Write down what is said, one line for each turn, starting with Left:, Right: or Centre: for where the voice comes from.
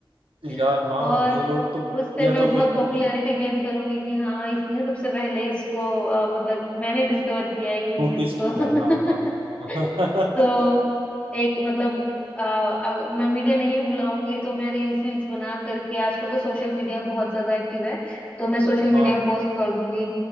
Right: यार
Left: <laughs>
Right: हाँ
Left: और
Right: ये लोग तो
Left: उससे
Right: या
Left: मैं
Right: तो
Left: बहुत
Right: फिर
Left: पॉपुलैरिटी
Right: तो
Left: गेन करूंगी कि हाँ इसने सबसे पहले इसको अ, मतलब मैंने डिस्कवर किया है ये चीज
Right: नोटिस
Left: को
Right: किया
Left: <laughs>
Right: हाँ हाँ हाँ हाँ
Left: तो एक मतलब अ, अग- मैं मीडिया नहीं भी बुलाऊंगी तो मैं रील्स वील्स बना करके आजकल तो सोशल मीडिया बहुत ज्यादा एक्टिव है तो मैं सोशल मीडिया
Right: <laughs> हाँ,
Left: पे पोस्ट कर दूंगी